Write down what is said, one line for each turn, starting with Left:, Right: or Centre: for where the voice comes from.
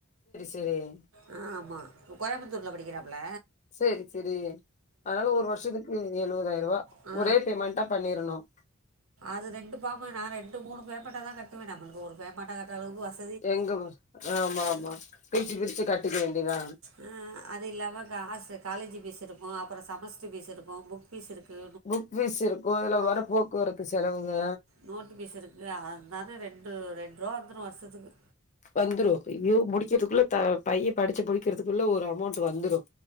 Left: சேரி
Right: ஆ ஆமா கோயம்புத்தூர்ல படிக்கிறாப்ல
Left: சேரி சேரி அதனால ஒரு வருஷத்துக்கு எழுவதாயிரம் ரூபா
Right: ஆ
Left: ஒரே பேமெண்டா பண்ணிரணும்
Right: அது ரெண்டு பாமு நா ரெண்டு மூணு பேமனாட்டா தா கட்டுவே நம்மளுக்கு ஒரு பேமண்டட்டா கட்டற அளவு வச்
Left: எங்களு ஆமா ஆமா பிரிச்சி பிரிச்சி கட்டிக்க வேண்டியதா
Right: அ அது இல்லாம காஸு காலேஜ் ஃபீஸு இருக்கு அப்புற செமஸ்டர் ஃபீஸ் இருக்கு புக் பீஸ் இருக்கு
Left: புக் ஃபீஸ் இருக்கு இதுல வேர போக்குவரத்து செலவுங்க
Right: நோட்டு பீஸ் இருக்கு அதனால ரெண்டு ரெண்ட் ரூவா வந்துரு வருஷத்துக்கு
Left: வந்துரு அய்யோ முடிக்கிறதுக்குள்ள த பைய படிச்சி படிக்கிறதுக்குள்ள ஒரு அமௌண்ட் வந்துரு